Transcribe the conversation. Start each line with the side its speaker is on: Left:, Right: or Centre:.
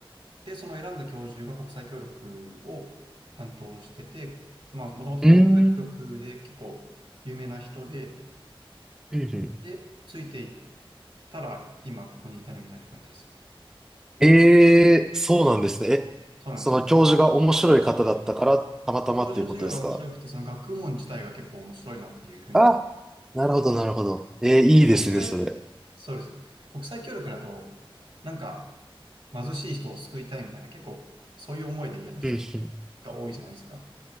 Right: で、その選んだ教授が国際協力を担当してて、まあ、もともと国際協力で結構有名な人で、
Centre: うん。うーん。うんうん
Right: で、ついていったら今ここに至るみたいな感じです。
Centre: ええそうなんですね。え、
Right: そうなんですよ。
Centre: その教授が面白い方だったから、たまたまっていうことですか
Right: 教授の授業が面白くて、その学問自体が結構面白いなっていうふうに思
Centre: あ、なるほど、なるほど。ええいいですね、
Right: う、国際、
Centre: それ。
Right: そうです。国際協力だと、なんか貧しい人を救いたいみたいな、結構そういう思いでやる人
Centre: うんうん
Right: が多いじゃないですか。なん